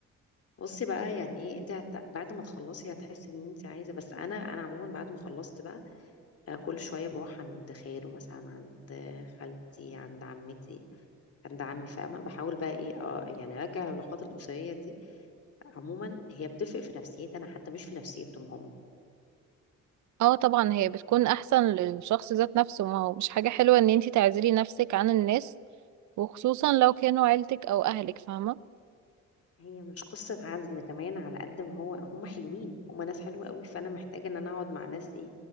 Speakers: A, on the left; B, on the right.
A: بصي بقى يعني ايه انت هت... بعد ما تخلصي هتحسي ان انت عايزه بس انا انا عموما بعد ما خلصت بقى آه، كل شويه بروح عند خاله مثلا عند خالتي عند عمتي عند عمي فاهمة بحاول بقى ايه اه يعني ارجع العلاقات الأسرية دي عموما هي بتفرق في نفسيتي انا حتى مش في نفسيتهم هم
B: اه طبعا هي بتكون أحسن للشخص ذات نفسه ما هو مش حاجة حلوة إن انتي تعزلي نفسك عن الناس وخصوصا لو كانوا عيلتك أو أهلك فاهمة
A: هي مش قصة عزل كمان على قد ما هو هم حلوين هم ناس حلوة قوي فانا محتاجة ان انا اقعد مع ناس ايه